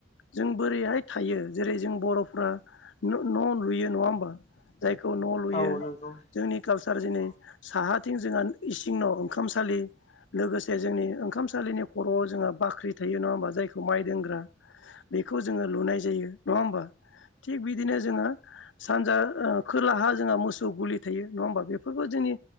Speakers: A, on the left; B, on the left.
A: जों बोरैहाय थायो जेरै जों बर'फ न' न लुयो नङा होमबा? जायखौ न' लुयो
B: औ नंगौ
A: जोंनि कालसार दिनै
B: औ
A: साहा थिं जोंहा इसिं न' ओंखामसालि लोगोसे जोंनि ओंखामसालिनि खर'आव जोंहा बाख्रि थायो नङा होमबा जायखौ माइ दोनग्रा बेखौ जोङो लुनाय जायो नङा होमबा थिग बिदिनो जोङो सानजा ओ खोलाहा जोंहा मोसौ गुलि थायो नङा होमबा बेफोरखौ जोंनि